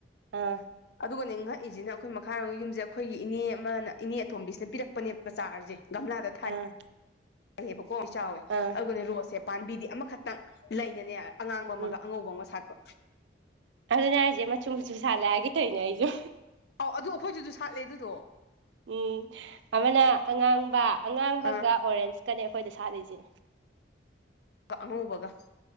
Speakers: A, on the right (about 75°); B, on the left (about 60°).
A: ꯑꯥ
B: ꯑꯗꯨꯒꯅꯦ ꯉꯛꯏꯁꯤꯅ ꯑꯩꯈꯣꯏ ꯃꯈꯥꯔꯣꯝꯒ ꯌꯨꯝꯁꯦ ꯑꯩꯈꯣꯏꯒꯤ ꯏꯅꯦ ꯑꯃꯅ ꯏꯅꯦ ꯑꯇꯣꯝꯕꯤꯁꯤꯅ ꯄꯤꯔꯛꯄꯅꯦꯕ ꯆꯥꯔꯁꯦ ꯒꯝꯂꯥꯗ
A: ꯑꯥ
B: ꯕꯀꯣ ꯑꯩ ꯆꯥꯎꯋꯦ
A: ꯑꯥ
B: ꯑꯗꯨꯒ ꯔꯣꯁ ꯁꯦ ꯄꯥꯝꯕꯤꯗꯤ ꯑꯃꯈꯛꯇꯪ ꯂꯩꯅꯅꯦ ꯑꯉꯥꯡꯕ ꯑꯃꯒ
A: ꯎꯝ
B: ꯑꯉꯧꯕ ꯑꯃꯒ ꯁꯥꯠꯄ
A: ꯑꯗꯨꯅꯦ ꯍꯥꯏꯁꯦ ꯃꯆꯨ ꯃꯆꯨ ꯁꯥꯠꯂꯦ ꯍꯥꯏꯒꯩꯊꯧꯅꯦ ꯑꯩꯁꯨ
B: ꯑꯥꯎ ꯑꯗꯨ ꯑꯩꯈꯣꯏꯁꯨꯁꯨ ꯁꯥꯠꯂꯦ ꯑꯗꯨꯗꯣ
A: ꯎꯝ ꯑꯃꯅ ꯑꯉꯥꯡꯕ ꯑꯉꯥꯡꯕꯒ
B: ꯑꯥ
A: ꯑꯣꯔꯦꯟꯁꯀꯅꯦ ꯑꯩꯈꯣꯏꯗ ꯁꯥꯠꯂꯤꯁꯤꯅꯦ
B: ꯀ ꯑꯉꯧꯕꯒ